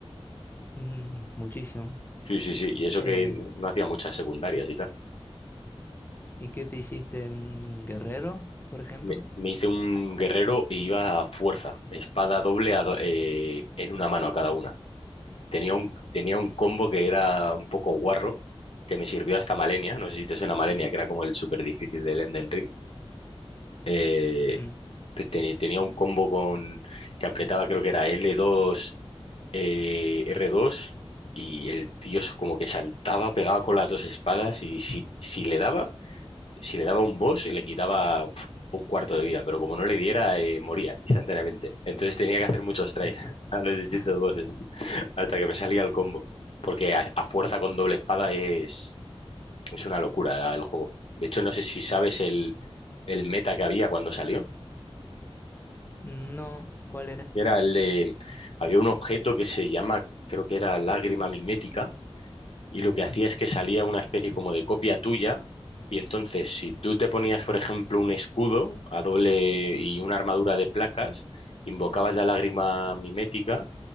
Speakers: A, on the left (about 20°); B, on the left (about 65°).
A: Mm, muchísimo.
B: Sí, sí, sí. Y eso
A: Eh,
B: que no hacía muchas secundarias y tal.
A: ¿y qué te hiciste? ¿Un guerrero, por ejemplo?
B: Me, me hice un guerrero y iba a fuerza, espada doble a do- eh, en una mano cada una. Tenía un, tenía un combo que era un poco guarro, que me sirvió hasta Malenia, no sé si te suena Malenia, que era como el súper difícil del Elden Ring. Eh,
A: Mm.
B: pues teni- tenía un combo con que apretaba, creo que era L2, eh, R2, y el tío como que saltaba, pegaba con las dos espadas, y si, si le daba si le daba un boss, le quitaba pf, un cuarto de vida, pero como no le diera, eh, moría instantáneamente. Entonces tenía que hacer muchos tries
A: Mm.
B: <laughs>
A: <laughs>
B: a los distintos bosses hasta que me salía el combo. Porque a, a fuerza con doble espada es, es una locura el juego. De hecho, no sé si sabes el, el meta que había cuando salió.
A: No, ¿cuál era?
B: Era el de... Había un objeto que se llama, creo que era lágrima mimética y lo que hacía es que salía una especie como de copia tuya y entonces si tú te ponías, por ejemplo, un escudo a doble y una armadura de placas, invocabas la lágrima mimética,